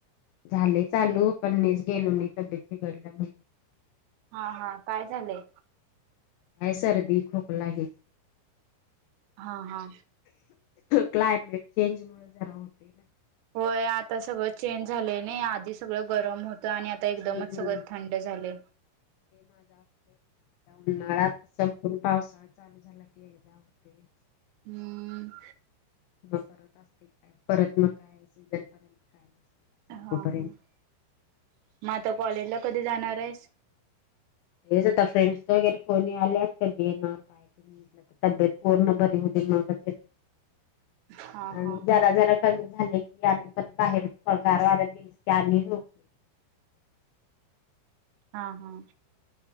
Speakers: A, on the left; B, on the right.
A: झाले चालू पण मच गेलो मी तब्येत बिघडल्या म्ह
B: हा हा काय झालंय?
A: काय सर्दी खोकला हेच.
B: हा हा
A: क्लायमेट चेंज मुळे जरा होते
B: होय आता सगळं चेंज झाले नाही आधी सगळं गरम होत आणि आता एकदमच
A: हम्म
B: सगळं थंड झाले.
A: उन्हाळा संपून पावसाळा चालू झाला की एकदा होते.
B: हम
A: त अस परत मग काय सीजन पर्यंत काय. संपूपर्यंत
B: हा हा मग आता कॉलेजला कधी जाणार आहेस.
A: तेच आता फ्रेंड्स वगैरे फोन आल्यात कधी येणार काय. तब्येत पूर्ण बरी हो मग
B: हा
A: आणि
B: हा
A: जरा जरा कमी झाले की आणि पण बाहेर पगार वाढत गेलेस की आणि <inaudible>
B: हा हा